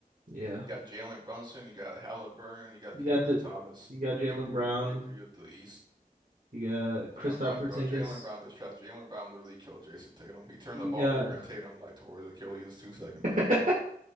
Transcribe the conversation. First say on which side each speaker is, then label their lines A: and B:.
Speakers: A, on the right; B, on the right.
A: Yeah,
B: You got Jalen Brunson, you got Halliburton, you got
A: you
B: Cameron
A: got the
B: Thomas,
A: you got
B: the
A: Jalen
B: big three,
A: Brown.
B: the big three of the East.
A: You got Kristaps
B: Jalen Brown,
A: Porzingis.
B: and bro, Jalen Brown is trash. Jalen Brown literally killed Jason Tatum. He turned
A: You
B: the ball
A: got
B: over and Tatum like towards Achilles two seconds
A: <laughs>
B: later.